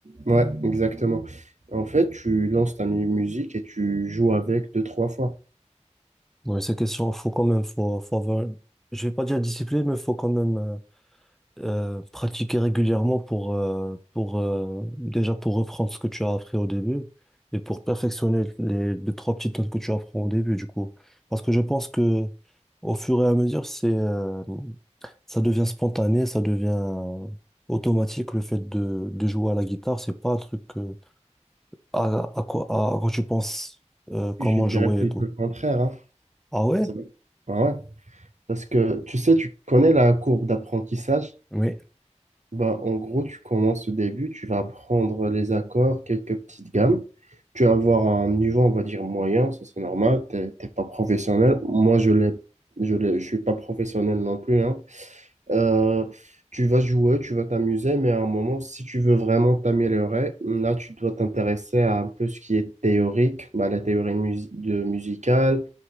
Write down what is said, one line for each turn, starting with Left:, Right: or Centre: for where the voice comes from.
Right: Ouais, exactement. En fait, tu lances ta mu- musique et tu joues avec deux, trois fois.
Centre: Ouais, ces questions, faut quand même, faut, faut avoir, je vais pas dire discipline, mais faut quand même. euh, euh, pratiquer régulièrement pour, euh, pour euh, déjà pour reprendre ce que tu as appris au début et pour perfectionner les deux, trois petites notes que tu apprends au début, du coup. Parce que je pense que au fur et à mesure, c'est, euh, ça devient spontané, ça devient euh, automatique le fait de, de jouer à la guitare. C'est pas un truc euh, à, à quoi, à quoi tu penses euh, comment
Right: Je dirais
Centre: jouer
Right: plutôt
Centre: et tout.
Right: le contraire, hein.
Centre: Ah ouais?
Right: Ça va- Ah ouais. Parce que tu sais, tu connais la courbe d'apprentissage.
Centre: Oui.
Right: Bah, en gros, tu commences au début, tu vas prendre les accords, quelques petites gammes. Tu vas avoir un niveau, on va dire, moyen, ça c'est normal, t'es t'es pas professionnel. Moi, je l'ai, je l'ai- je suis pas professionnel non plus, hein. Euh, tu vas jouer, tu vas t'amuser, mais à un moment, si tu veux vraiment t'améliorer, là, tu dois t'intéresser à un peu ce qui est théorique, bah, la théorie mus- de musicale,